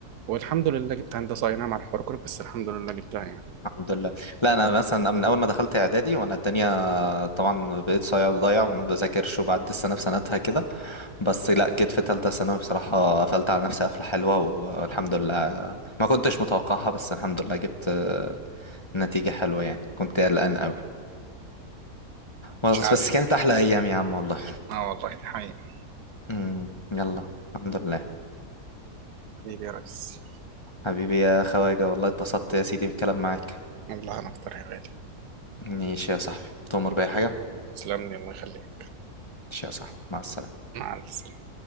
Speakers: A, on the right; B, on the left.
A: والحمد لله جبت هندسه اي نعم على الحركرك بس الحمد لله جبتها يعني
B: الحمد لله لا انا مثلا من اول ما دخلت اعدادي وانا الدنيا طبعا بقيت صايع وضايع وما بذاكرش وبعدي السنه بسنتها كده بس لا جيت في ثالثه ثانوي بصراحه قفلت على نفسي قفله حلوه والحمد لله ما كنتش متوقعها بس الحمد لله جبت آه، نتيجه حلوه يعني كنت قلقان قوي بس
A: مش علي
B: بس كانت احلى ايام يا عم والله
A: اه والله دي حقيقة
B: امم يلا الحمد لله
A: حبيبي يا ريس
B: حبيبي يا خواجه والله اتبسطت يا سيدي بالكلام معاك
A: والله انا اكتر يا غالي
B: ماشي يا صاحبي تؤمر بأي حاجه
A: تسلم لي الله يخليك
B: ماشي يا صاحبي مع السلامه
A: مع السلامة